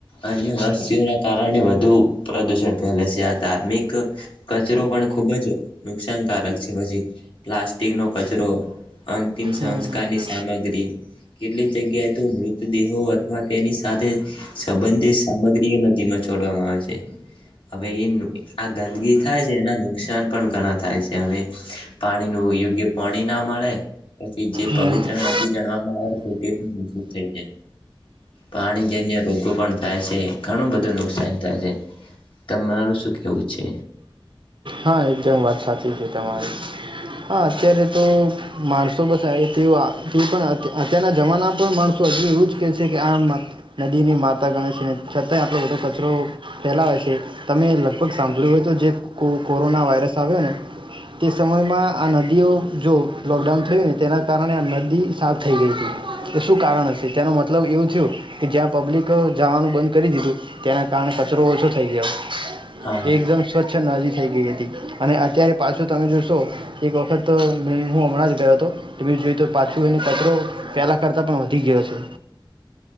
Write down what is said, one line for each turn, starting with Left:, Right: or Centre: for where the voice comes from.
Left: અને વસ્તીઓના કારણે વધૂ પ્રદૂષણ ફેલે છે આ ધાર્મિક કચરો પણ ખૂબ જ નુકસાનકારક છે પછી પ્લાસ્ટિકનો કચરો અંતિમ સંસ્કારની
Right: હમ હમ
Left: સામગ્રી કેટલીક જગ્યાએ તો મૃતદેહો અથવા તેની સાથે સંબંધિત સામગ્રીઓ નદીમાં છોડવામાં આવે છે હવે એ આ ગંદગી થાય છે એના નુકસાન પણ ઘણા થાય છે હવે પાણીનું યોગ્ય પાણી ના મળે પછી જે
Right: હમ
Left: પવિત્ર નદી ગણવામાં આવે છે તે પણ દૂષિત થાય છે પાણીજન્ય રોગો પણ થાય છે ઘણું બધું નુકસાન થાય છે તમારું શું કેવું છે?
Right: હા એકદમ વાત સાચી છે તમારી હા અત્યારે તો માણસો બસ પણ અત્યારના જમાના પણ માણસો હજી એવુંજ કે છે કે આમ નદીને માતા માતા ગણે છે અને છતાં આપણે બધો કચરો કો ફેલાવે છે તમે લગભગ સાંભળ્યું હોય તો જે કો કોરોના વાયરસ આવ્યા ને તે સમયમાં આ નદીઓ જો લોકડાઉન થયું ને તેના કારણે આ નદી સાફ થઈ ગઈ હતી એ શું કારણ હશે તેનો મતલબ એવું થયો કે જ્યાં પબ્લિક જવાનું બંધ કરી દીધું તેના કારણે કચરો ઓછો થઈ ગયો
Left: હા હા
Right: એકદમ સ્વચ્છ નદી ગય હતી અને અત્યારે પાછું તમે જોશો એક વખત હું હમણાં જ ગયો હતો જોઈ તો પાછું એને કચરો પેલા કરતા પણ વધી ગયો છે.